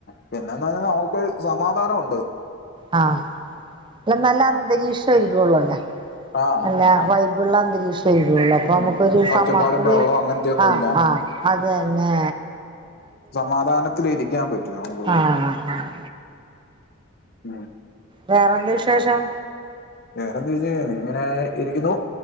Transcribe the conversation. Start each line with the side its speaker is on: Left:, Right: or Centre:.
Left: പിന്നെന്ന് പറഞ്ഞ നമ്മക്ക് സമാധാനൊണ്ട്
Right: ആ അല്ല നല്ല അന്തരീക്ഷ ഇ ഒള്ളൂല്ലേ
Left: ആഹ്
Right: അല്ലാ വൈ ഉള്ള അന്തരീക്ഷം <unintelligible> ഉള്ളപ്പോ
Left: ഉം
Right: നമ്മക്കൊരു സമാ
Left: ഒച്ചപ്പാടും
Right: ഒര്
Left: ബഹളവും അങ്ങനത്തെയൊന്നുമില്ല
Right: ആ ആ അതന്നെ
Left: സമാധാത്തിലിരിക്കാൻ പറ്റൂല നമുക്ക്
Right: ആഹ് ആഹ്
Left: ഉം
Right: വേറെന്താ വിശേഷം
Left: വേറെന്തു ചെയ്യാൻ ഇങ്ങനെ ഇരിക്കുന്നു